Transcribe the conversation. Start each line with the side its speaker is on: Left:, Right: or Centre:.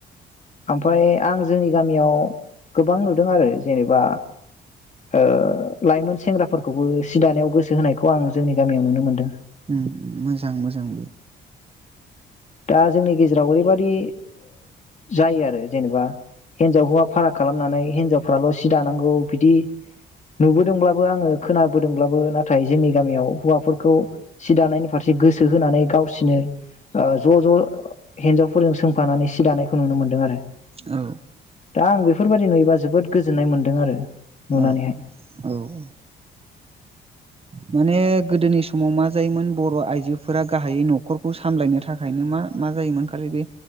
Left: ओमफाय आं जोंनि गामियाव गोबां नुदों आरो जेनेबा ओ लाइमोन सेंग्राफोरखौबो सि दानायाव गोसो होनायखौ आं जोंनि गामियाव नुनो मोनदों।
Right: उम मोजां मोजां।
Left: दा जोंनि गेजेराव ओरैबादि जायो आरो जेनेबा हिनजाव हौवा फाराग खालामनानै हिनजावफ्राल' सि दानांगौ बिदि नुबोदोंब्लाबो आङो खोनाबोदोंब्लाबो नाथाय जोंनि गामियाव हौवाफोरखौ सि दानायनि फारसे गोसो होनानै गावसिनो ओ ज' ज' हिन्जावफोरजों सोंफानानै सि दानायखौ नुनो मोन्दों आरो।
Right: औ।
Left: दा आं बेफोरबायदि नुयोबा जोबोद गोजोन्नाय मोन्दों आरो। नुनानैहाय
Right: औ औ। माने गोदोनि समाव मा जायोमोन बर' आइजोफोरा गाहायै न'खरखौ सामलायनो थाखायनो मा मा जायोमोन खालि बे